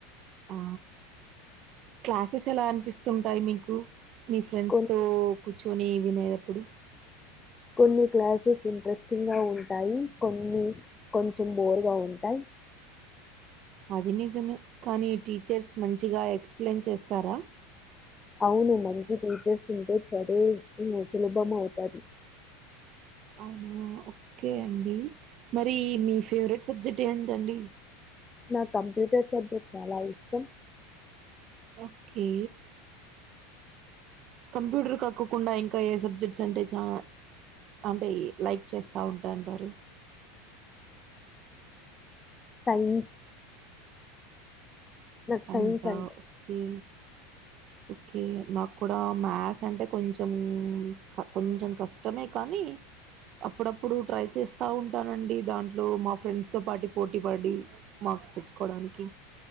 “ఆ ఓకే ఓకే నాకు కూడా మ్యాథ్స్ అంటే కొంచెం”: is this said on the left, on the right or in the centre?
Right